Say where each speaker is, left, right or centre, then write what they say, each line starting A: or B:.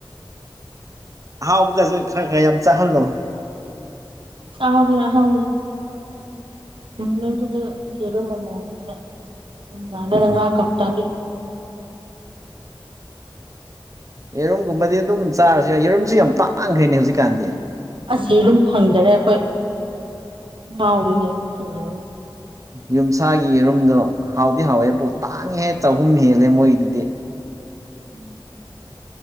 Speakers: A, on the right; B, on the right.
A: ꯑꯍꯥꯎꯕꯒꯁꯨ ꯈꯔ-ꯈꯔ ꯌꯥꯝ ꯆꯥꯍꯜꯂꯣ
B: <unintelligible> ꯑꯥꯎꯕꯗꯤ <unintelligible> ꯌꯦꯔꯨꯝ ꯑꯃꯝꯅꯦ ꯅꯨꯡꯗꯥꯡ ꯗꯅ ꯉꯥ ꯀꯣꯞꯇꯥꯗ
A: ꯌꯦꯔꯨꯝꯒꯨꯝꯕꯗꯤ ꯑꯗꯨꯝ ꯆꯥꯔꯁꯨ ꯌꯥꯏ ꯌꯦꯔꯨꯝꯁꯨ ꯌꯥꯝ ꯇꯥꯡꯈ꯭ꯔꯦꯅꯦ ꯍꯧꯖꯤꯛꯀꯥꯟꯗꯤ
B: ꯑꯁꯤ ꯌꯦꯔꯨꯝ ꯐꯪꯗꯔꯦ ꯑꯩꯈꯣꯏ ꯉꯥꯎꯔꯤꯒ ꯌꯦꯔꯨꯝ ꯐꯪꯗꯕꯒꯤ
A: ꯌꯨꯝꯁꯥꯒꯤ ꯔꯨꯝꯗꯣ ꯍꯥꯎꯗꯤ ꯍꯥꯎꯋꯦꯕꯨ ꯇꯥꯡꯍꯦ ꯆꯍꯨꯝ ꯍꯦꯜꯂꯦ ꯃꯣꯏꯒꯤꯗꯨꯗꯤ
B: ꯎꯝ